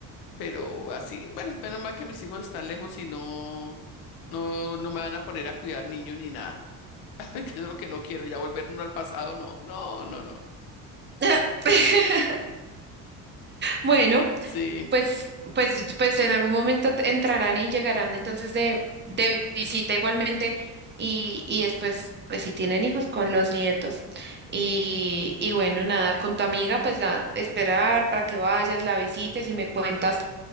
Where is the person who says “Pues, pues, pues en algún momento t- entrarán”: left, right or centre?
Right